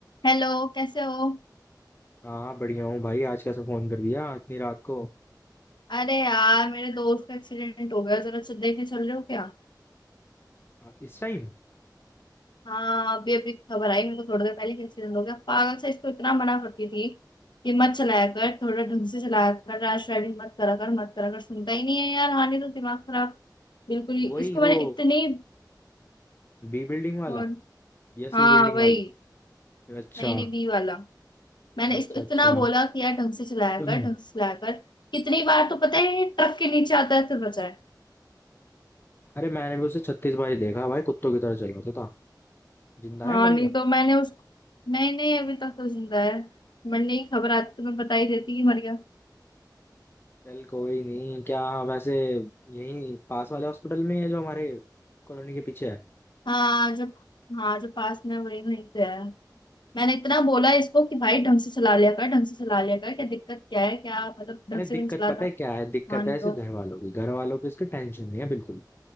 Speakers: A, on the left (about 85°); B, on the left (about 30°).
A: हेलो कैसे हो
B: हाँ हाँ बढ़िया हूँ भाई आज कैसे फोन कर दिया इतनी रात को
A: अरे यार मेरे दोस्त का एक्सीडेंट हो गया जरा चल- देखने चल रहे हो क्या
B: आ, इस टाइम
A: हाँ अभी अभी खबर आई मेरे को थोड़ी देर पहले कि एक्सीडेंट हो गया पागल से इसको इतना मना करती थी कि मत चलाया कर थोड़ा ढंग से चलाया कर रैश ड्राइविंग मत करा कर मत करा कर सुनता ही नहीं है यार हाँ नहीं तो दिमाग खराब बिल्कुल ही इसको
B: वही वो
A: मैंने इतनी
B: बी बिल्डिंग वाला
A: कौन
B: या सी
A: हाँ
B: बिल्डिंग
A: वही
B: वाला अच्छा
A: नहीं नहीं बी वाला मैंने
B: अच्छा
A: इसको इतना
B: अच्छा
A: बोला
B: <clears throat>
A: कि यार ढंग से चलाया
B: हम्म,
A: कर ढंग से चलाया कर कितनी बार तो पता है ये ट्रक के नीचे आता है तो बचा है
B: अरे मैंने भी उसे छत्तीस बार ही देखा भाई कुत्तों की तरह चल रहा था तो। जिंदा
A: हाँ
B: है मर
A: नहीं
B: गया
A: तो मैंने उसको नहीं नहीं अभी तक तो जिंदा है मैंने नहीं खबर आती तो मैं बता ही देती कि मर गया
B: चल कोई नहीं क्या वैसे यही पास वाले हॉस्पिटल में है जो हमारे कॉलोनी के पीछे है
A: हाँ जो हाँ जो पास में है, वही वहीं पे है मैंने इतना बोला इसको कि भाई ढंग से चला लिया कर ढंग से चला लिया कर क्या दिक्कत क्या है क्या मतलब ढंग
B: अरे
A: से
B: दिक्कत
A: भी नहीं चलाता
B: पता है क्या है दिक्कत
A: हाँ नहीं
B: है इसे
A: तो
B: घर वालों की घर वालों की इसकी टेंशन नहीं है बिल्कुल